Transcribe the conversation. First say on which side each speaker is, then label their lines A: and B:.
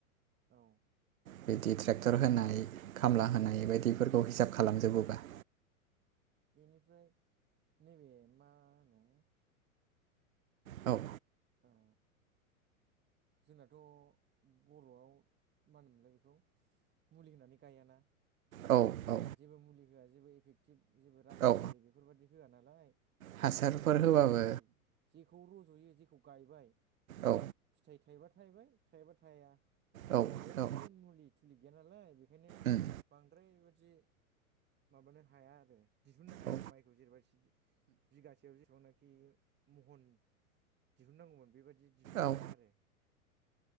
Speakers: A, on the right (about 25°); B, on the right (about 75°).
A: औ
B: बिदि ट्रेक्टर होनाय खामला होनाय बायदिफोरखौ हिसाब खालामजोबोबा
A: बेनिफ्राय नैबे मा होनो
B: औ
A: ओ जोंनाथ' बर'आव मा होनोमोनलाय बेखौ मुलि होनानै गायाना
B: औ औ
A: जेबो मुलि होआ जेबो इफेक्टिभ जेबो रासायनारि
B: औ
A: बेफोरबायदि होआ नालाय
B: हासारफोर
A: दा बेखायनो
B: होबाबो
A: नेचारेल जेखौ रज'यो जेखौ गायबाय
B: औ
A: फिथाइ थाइबा थायबाय थाइबा थाया
B: औ
A: जेबो
B: औ
A: मुलि थुलि गैया नालाय बे ओंखायनो
B: उम
A: बांद्राय बेबाददि माबानो हाया आरो दिहुननो हाया
B: औ
A: आरो माइखौ जेनेबा बिगासेयाव बिबांनाखि महन दिहुननांगौमोन बेबादि दिहुननो
B: औ
A: हाया आरो।